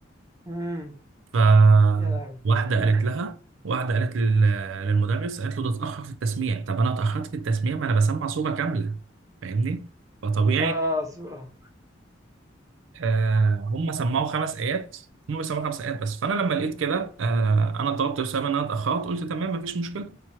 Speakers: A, on the right; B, on the right.
A: امم
B: ف
A: يا لهوي
B: واحده
A: <laughs>
B: قالت لها واحده قالت لل- للمدرس قالت له ده اتاخر في التسميع طب انا اتاخرت في التسميع ما انا بسمع سوره كامله فاهمني فطبيعي
A: اه صورة
B: آه هم سمعوا خمس ايات هم بيسمعوا خمس ايات بس فانا لما لقيت كده آه انا ضربت بسبب ان انا اتاخرت قلت تمام مفيش مشكله